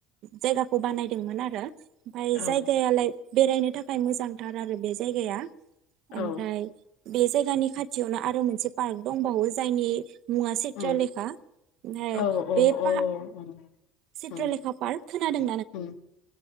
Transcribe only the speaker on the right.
जायगाखौ बानायदोंमोन आरो ओमफ्राय
जायगायालाय। बेरायनो थाखाय मोजांथार आरो बे जायगाया। ओमफ्राय
बे जायगानि खाथियावनो आरो मोनसे पार्क दंबावो जायनि मुवा चित्र
लेखा ओमफाय
बे
बा
चित्रलेखा
पार्क खोनादों।